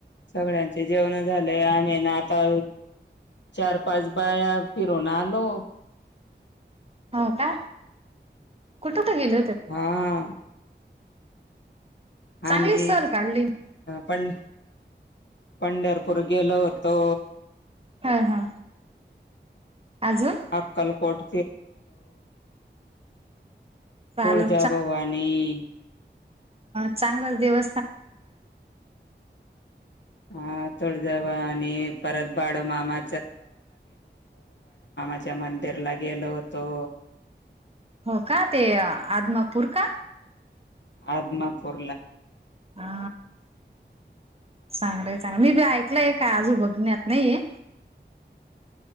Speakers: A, on the left; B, on the right.
A: सगळ्यां जेवण झालं आम्ही ना आता चार पाच बाया फिरून आलो
B: हो का कुठ का गेल
A: हा
B: चांगली
A: आणि
B: सहल काढली
A: पण पंढरपूर गेलो होतो
B: हा हा आजून
A: अकलकोट
B: चालल
A: तुळजाभवानी
B: चांगलंच देव
A: हा तुळजाभवानी परत बाळूमामा च्या मंदिरला गेलो होतो
B: हो का ते आदमापूर का
A: आदमापूर
B: हा चांगलं चांगलं मी बी ऐकलंय का आजून बघण्यात नाहीये